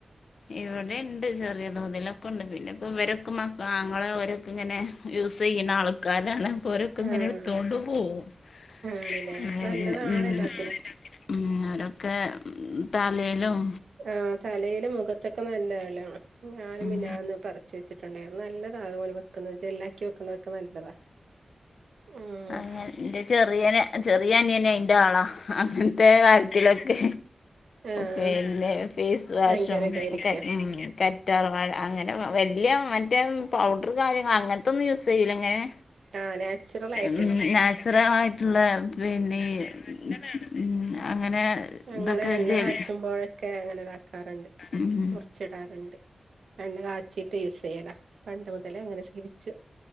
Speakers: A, on the left; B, on the right.
A: ഇവിടെണ്ട് ചെറിയ തോതിലൊക്കൊണ്ട്. പിന്നപ്പം വരൊക്ക മക്കാങ്ങള ഓരൊ ക്കെങ്ങനെ യൂസെയ്യന്നാൾക്കാരാണ്. പ്പോരൊക്കെങ്ങനെടുത്തോണ്ട്
B: ആഹ്
A: പോകു. <inaudible>
B: ആണ്ല്ലേ നല്ലതാണ് എല്ലാത്തിനും
A: ഉം ഒരൊക്കെ തലേലും
B: ആഹ് തലേലും മുഖത്തൊക്കെ നല്ലാലോ ഞാനും
A: ഉം
B: പിന്നാന്ന് പറച്ച് വെച്ച് <unintelligible> നല്ലതാ അതപോലെ വെക്കുന്നത് ജെല്ലാക്കി വെക്കുന്നൊക്ക നല്ലതാ ഉം
A: അങ്ങെൻ ന്റെ ചെറിയന് ചെറിയനിയനയിന്റാളാ <unintelligible> ത്തേ കാര്ത്തിലൊക്കെ
B: ആഹ്
A: പിന്നെ ഫെയ്സ് വാഷും
B: ഭയങ്കര ഇതായിരിക്കും
A: <inaudible> റ്റാർവാഴ അങ്ങനെ വല്ല്യ മറ്റേ പൗഡ്‌റ് കാര്യങ്ങ അങ്ങൻ തൊന്നു യൂസെയ്യൂല ങ്ങനെ
B: ആഹ്‌ നാച്ചുറലായി
A: ഉം നാച്ചുറ ആയിട്ടുള്ള പിന്നെയി ഉം അങ്ങനെ
B: ഞങ്ങള്
A: ഇതൊക്കെ
B: എണ്ണ
A: ജെൽ
B: കാച്ചുമ്പോഴൊക്കെ അങ്ങന താക്കാറ്ണ്ട്.
A: ഉം
B: മുർച്ച്ടാറ്ണ്ട്. എണ്ണ കാച്ചിട്ട് യൂസെയ്യലാ. പണ്ട് മുതലേ ങ്ങന ശീലിച്ച്.